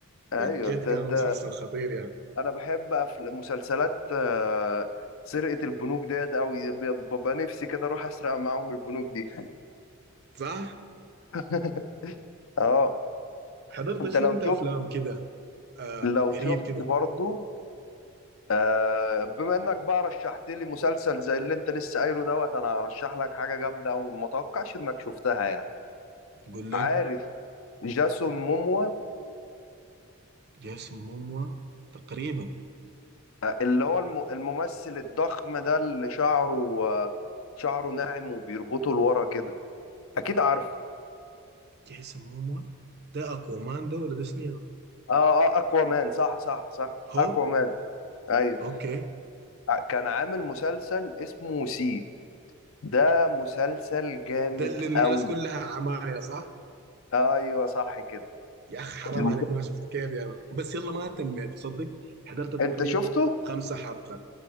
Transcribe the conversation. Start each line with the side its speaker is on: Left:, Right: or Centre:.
Left: ايوه
Right: بجد
Left: انت
Right: كان
Left: انت
Right: مسلسل خطير يعني
Left: انا بحب أفل... مسلسلات آه، سرقه البنوك ديت قوي ببقى نفسي كده اروح اسرق معاهم البنوك دي
Right: صح
Left: <laughs> اه
Right: حضرت
Left: انت
Right: شنو
Left: لو
Right: انت
Left: شفت
Right: افلام كده آه
Left: لو
Right: قريب
Left: شفت
Right: كده
Left: برضو آه بما انك بقى رشحت لي مسلسل زي اللي انت لسه قايله دوت انا هرشح لك حاجه جامده وما اتوقعش انك شفتها يعني
Right: قول لي
Left: عارف جاسون موموا
Right: جيسون موموا تقريبا
Left: آه، اللي هو الم- الممثل الضخم ده اللي شعره آه، شعره ناعم وبيربطه لورا كده اكيد عارف
Right: جيسون موموا ده اكوامان ده ولا ده شنو يعني؟
Left: اه اه اكوامان صح صح صح
Right: هو
Left: اكوامان ايوه
Right: اوكي
Left: آه، آه، كان عامل مسلسل اسمه سي ده مسلسل جامد
Right: ده اللي الناس
Left: قوي
Right: كلها عماية صح
Left: ايوه صح كده
Right: يا اخ حرام
Left: المس-
Right: عليك ما شفت كيف يا مان بس يلا ما تميت تصدق حضرت تقريبا
Left: انت شفته
Right: اول خمسة حلقات